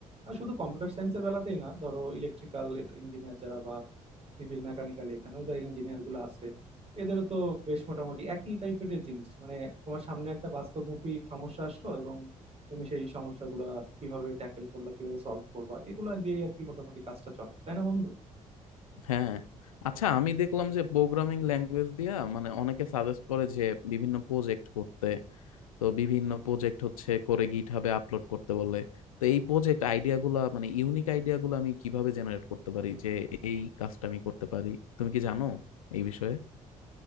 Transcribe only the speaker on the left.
হ্যাঁ আচ্ছা আমি দেখলাম যে প্রোগ্রামিং ল্যাঙ্গুয়েজ দিয়া মানে অনেকে সাজেস্ট করে যে বিভিন্ন প্রজেক্ট করতে তো বিভিন্ন প্রজেক্ট হচ্ছে করে গিটহাবে আপলোড করতে বলে তো এই প্রজেক্ট আইডিয়া গুলা মানে ইউনিক আইডিয়া গুলো আমি কিভাবে জেনারেট করতে পারি যে এই কাজটা আমি করতে পারি তুমি কি জানো এই বিষয়ে